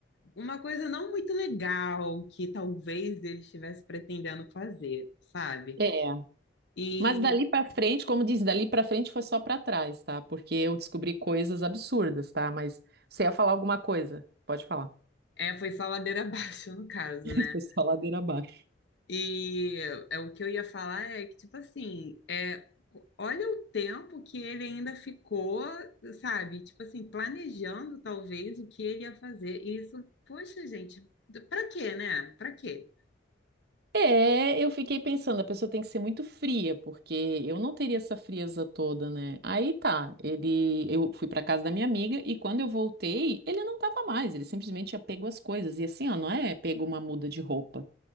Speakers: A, on the left; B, on the right.
A: uma coisa não muito legal que talvez ele estivesse pretendendo fazer, sabe?
B: É,
A: E
B: mas dali pra frente, como diz, dali pra frente foi só pra trás, tá? Porque eu descobri coisas absurdas, tá? Mas você ia falar alguma coisa? Pode falar.
A: é, foi só ladeira <laughs> abaixo no caso,
B: <laughs>
A: né?
B: Foi só ladeira abaixo.
A: E é, o que eu ia falar é que, tipo assim, é, olha o tempo que ele ainda ficou, sabe? Tipo assim, planejando talvez o que ele ia fazer. E isso, poxa, gente, pra quê, né? Pra quê?
B: É, eu fiquei pensando, a pessoa tem que ser muito fria, porque eu não teria essa frieza toda, né? Aí tá, ele, eu fui pra casa da minha amiga e quando eu voltei, ele não tava mais, ele simplesmente tinha pego as coisas. E assim, ó, não é pegou uma muda de roupa.